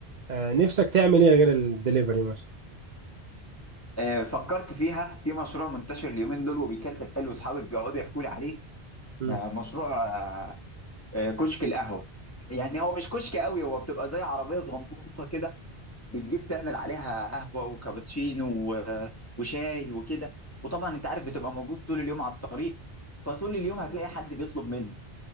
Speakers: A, on the right (about 55°); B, on the left (about 20°).
A: آه، نفسك تعمل ايه غير الدليفري مثلا
B: آه، فكرت فيها في مشروع منتشر اليومين دول وبيكسب حلو اصحابي بيقعدوا يحكوا لي عليه
A: مم.
B: آه، مشروع آه، آه، كشك القهوة يعني هو مش كشك قوي هو بتبقى زي عربية صغنطوطة كده بتجيب تعمل عليها قهوة وكابتشينو و- وشاي وكده وطبعا انت عارف بتبقى موجود طول اليوم على الطريق فطول اليوم هتلاقي حد بيطلب منك